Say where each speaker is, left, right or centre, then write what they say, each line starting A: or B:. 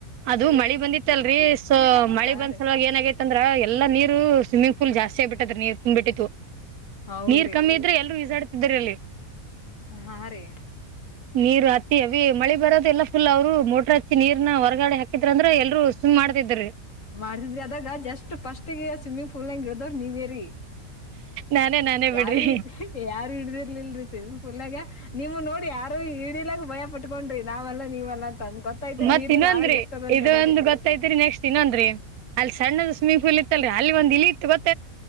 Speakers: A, on the right (about 85°); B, on the left (about 60°).
A: ಅದು ಮಳಿ ಬಂದಿತ್ತಲ್ರರಿ ಸೊ ಮಳಿ
B: ಹಾ
A: ಬಂದ್
B: ರೀ
A: ಸಲುವಾಗ ಏನಾಗೈತ್ಂದ್ರ ಎಲ್ಲಾ ನೀರು ಸ್ವಿಮ್ಮಿಂಗ್ ಪೂಲ್ ಜಾಸ್ತಿ ಆಗ್ಬ ಬಿಟ್ಟತದೆ ನೀರ್ ಬಿಟ್ಟಿತ್ತು
B: ಹೌದ್ರಿ
A: ನೀರ್ ಕಮ್ಮಿ ಇದ್ರೆ ಎಲ್ಲರೂ ಈಶಡ್ ಇದರಲ್ಲಿ
B: ಹಾರಿ
A: ನೀರ್ ಹತ್ತಿ ಅ ಮಳಿ ಬರೋದಲ್ಲ ಫುಲ್ ಅವ್ರು ಮೋಟ್ರ ಹಚ್ಚಿ ನೀರ್ನ ಹೊರಗ ಗಾಡಿ ಹಾಕಿದ್ರ ಅಂದ್ರೆ ಎಲ್ರು ಸ ಸಿಮ್ ಮಾಡ್ತಿದ್ರರಿ
B: ಮಾಡತಿದ್ರಿ ಅದಾಗ ಜಸ್ಟ್ ಫಸ್ಟ್ಗ ಸ್ವಿಮ್ಮಿಂಗ್ ಪೂಲ್ ನಂಗ ಗಿಡ್ದವ್ ನೀವೇರಿ
A: ನಾನೇ ನಾನೇ
B: ಯಾರು
A: ಬಿಡ್ರಿ
B: ಯಾರು ಹಿಡ್ದಿರ್ಲಲ್ರಿ ಸೇ ಪುಲಾಗ ನೀವು ನೋಡಿ ಯಾರು ಈಡಿಲಕ್ ಭಯ ಪಟ್ಟ ಬೊಂಡ್ರಿ ನಾವ್ಲ್ಲ ನೀವಲ್ಲಂದ ಗೊತ್ತಾಯ್ತಿರಿ
A: ಮತ್
B: ನೀರಿಂದ
A: ಇನ್ನೊಂದ್ರಿ
B: ನಾಳ ಎಷ್ಟದ ಅಂತ
A: ಇದು
B: ಹೇಳಿ
A: ಒಂದ್ ಗೊತ್ತೈತ್ರಿ ನೆಕ್ಸ್ಟ್ ಇನ್ನೊಂದ್ರಿ ಅಲ್ಲಿ ಸಣ್ಣದ ಸ್ವಿಮ್ಮಿಂಗ್ ಪೂಲ್ ಇತ್ತಲ್ರಿ ಅಲ್ಲಿ ಒಂದ ಇತ್ತುತ್